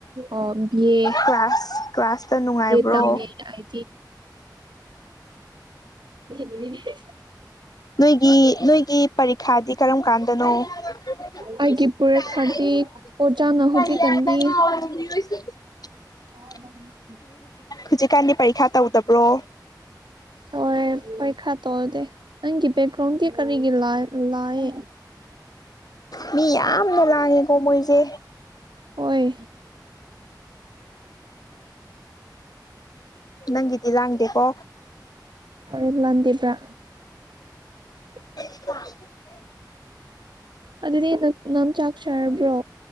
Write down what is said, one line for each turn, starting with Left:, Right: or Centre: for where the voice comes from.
Right: ꯑꯣ ꯕꯤ ꯑꯦ
Left: ꯀ꯭ꯂꯥꯁ ꯀ꯭ꯂꯥꯁꯇ ꯅꯨꯡꯉꯥꯏꯕ꯭ꯔꯣ
Right: ꯇꯝꯃꯦ ꯑꯥꯏ <inaudible>
Left: ꯅꯣꯏꯒꯤ ꯅꯣꯏꯒꯤ ꯄꯔꯤꯈꯥꯗꯤ ꯀꯔꯝ ꯀꯥꯟꯗꯅꯣ ꯀ
Right: ꯑꯩꯒꯤ ꯄꯨꯔꯈꯥꯗꯤ
Left: ꯑꯋꯥ <inaudible>
Right: ꯑꯣꯖꯥꯅ ꯍꯧꯖꯤꯛꯀꯥꯟꯗꯤ
Left: <unintelligible> <inaudible>
Right: ꯑ <inaudible>
Left: ꯍꯧꯖꯤꯛꯀꯥꯟꯗꯤ ꯄꯔꯤꯈꯥ ꯇꯧꯗꯕ꯭ꯔꯣ
Right: ꯍꯣꯏ ꯄꯣꯏ ꯈꯔ ꯇꯧꯗꯦ ꯅꯪꯒꯤ ꯕꯦꯛꯒ꯭ꯔꯥꯎꯟꯗꯤ ꯀꯔꯤꯒꯤ ꯂ ꯂꯥꯏꯑꯦ
Left: ꯃꯤ ꯌꯥꯝ ꯂꯉꯦꯀꯣ ꯃꯣꯏꯁꯦ
Right: ꯑꯣꯏ
Left: ꯅꯪꯒꯤꯗꯤ ꯂꯥꯡꯗꯦꯀꯣ
Right: ꯏ ꯂꯗꯕ꯭ꯔꯥ <unintelligible>
Left: <inaudible> <inaudible>
Right: ꯑꯗꯨꯗꯤ ꯅ ꯅꯪ ꯆꯥꯛ ꯆꯥꯔꯕ꯭ꯔꯣ